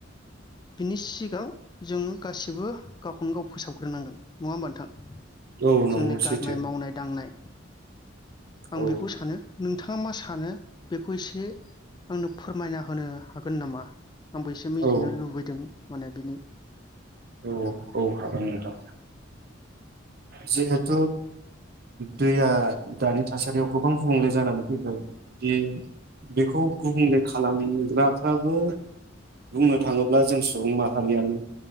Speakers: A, on the left (about 20°); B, on the right (about 55°).
A: बिनि सिगाङाव जों गासिबो गावखौनो गाव फोसावगोन फोरोंनांगोन नङा होमबा नोंथां
B: औ
A: जोंनि
B: नंगौ सैथो
A: गारनाय मावनाय दांनाय आं
B: औ
A: बेखौ सानो नोंथां मा सानो बेखौ एसे आंनो फोरमायना होनो हागोन नामा आंबो एसे मिथिनो
B: औ
A: लुबैदों माने बिनि
B: औ औ हागोन नोंथां जिहेथु दैया दानि थासारियाव गोबां गुबुंले जानानै फैबाय बे बेखौ गुबुंले खालामग्राफ्राबो बुंनो थाङोब्ला जों सुबुं माहारियानो